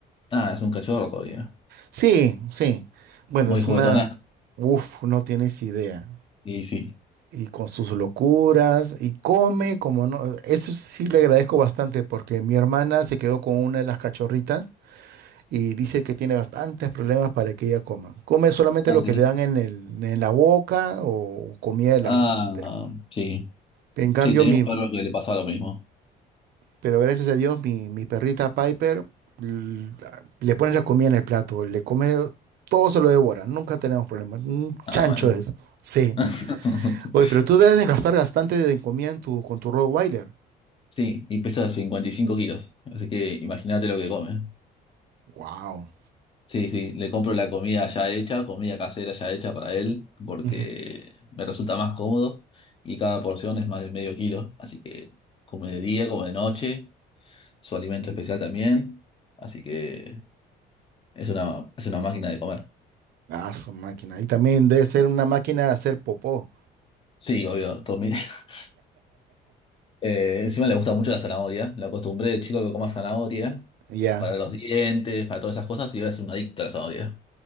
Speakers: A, on the left; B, on the right.
A: Ah, es un cachorro todavía.
B: Sí, sí, bueno,
A: Muy
B: es
A: juguetona.
B: una, uff, no tienes idea.
A: Y sí.
B: y con sus locuras y come como no. Eso sí le agradezco bastante porque mi hermana se quedó con una de las cachorritas y dice que tiene bastantes problemas para que ella coma. Come solamente
A: Ah,
B: lo que
A: sí.
B: le dan en el, en la boca o comida de
A: Ah,
B: la... de-
A: sí.
B: En cambio,
A: Sí, tenía
B: mi,
A: un perro que le pasaba lo mismo.
B: pero gracias a Dios, mi, mi perrita Piper l- le pones la comida en el plato, le come, todo se lo devora, nunca tenemos problemas. Un
A: Ah,
B: chancho
A: bueno.
B: es. Sí.
A: <laughs>
B: Oye, pero tú debes de gastar bastante de comida en tu, con tu Rottweiler.
A: Sí, y pesa 55 kilos. Así que imagínate lo que come.
B: Wow.
A: Sí, sí, le compro la comida ya hecha, comida casera ya hecha para él, porque
B: Ujú.
A: me resulta más cómodo y cada porción es más de medio kilo. Así que come de día, come de noche, su alimento especial también. Así que es una, es una máquina de comer.
B: Ah, su máquina. Y también debe ser una máquina de hacer popó.
A: Sí, obvio, todo mi- <laughs> Eh, encima le gusta mucho la zanahoria. La acostumbré de chico que coma zanahoria
B: Ya.
A: para los dientes, para todas esas cosas, y ahora es un adicto a la zanahoria.